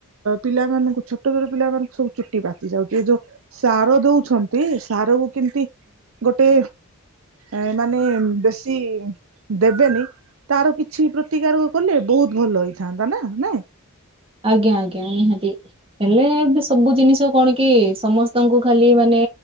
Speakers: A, on the right (about 65°); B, on the right (about 25°).
A: ପିଲାମାନଙ୍କୁ ଛୋଟ ଛୋଟ ପିଲାମାନଙ୍କୁ ସବୁ ଚୁଟି ପାଚି ଯାଉଛି ଏ ଯୋଉ। ସାର ଦଉଛନ୍ତି ସାରକୁ କେମତି ଗୋଟେ ଏ ମାନେ ବେଶୀ ଦେବେନି। ତାର କିଛି ପ୍ରତିକାର କଲେ ବହୁତ ଭଲ ହେଇଥାନ୍ତା ନା ନା।
B: ଆଜ୍ଞା ଆଜ୍ଞା ନିହାତି। ହେଲେ ଏବେ ସବୁ ଜିନିଷ କଣ କି ସମସ୍ତଙ୍କୁ ଖାଲି ମାନେ